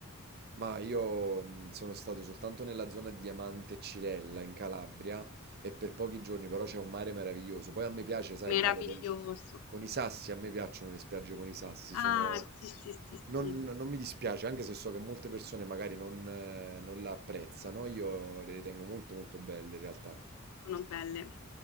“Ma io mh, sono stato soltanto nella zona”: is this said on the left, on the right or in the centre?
Right